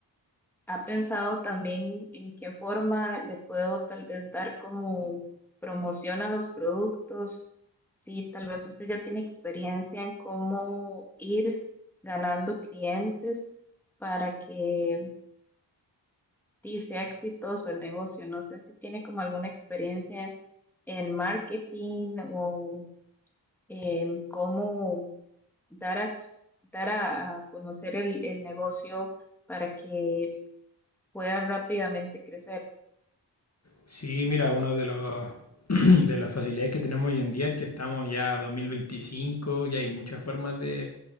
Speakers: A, in the centre; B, on the left.
A: ¿Ha pensado también en qué forma le puedo tal vez dar como promoción a los productos? Sí, tal vez usted ya tiene experiencia en cómo ir ganando clientes para que sí, sea exitoso el negocio. No sé si tiene como alguna experiencia en marketing o en cómo dar a, ex- dar a a conocer el el negocio para que pueda rápidamente crecer.
B: Sí, mira, uno de los... <clears throat> De las facilidades que tenemos hoy en día es que estamos ya a 2025 y hay muchas formas de,